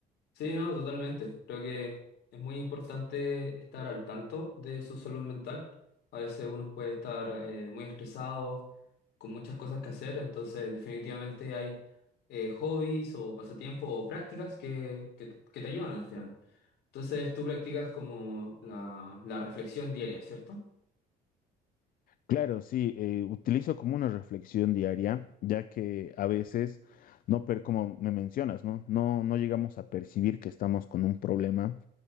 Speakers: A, on the left (about 75°); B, on the left (about 55°).
A: Sí, no, totalmente. Creo que es muy importante estar al tanto de su salud mental. A veces uno puede estar eh, muy estresado, con muchas cosas que hacer, entonces definitivamente hay eh, hobbies o pasatiempos o prácticas que, que, que te ayudan al final. Entonces tú practicas como la, la reflexión diaria, ¿cierto?
B: Claro, sí, eh, utilizo como una reflexión diaria, ya que a veces no, per como me mencionas, ¿no? No, no llegamos a percibir que estamos con un problema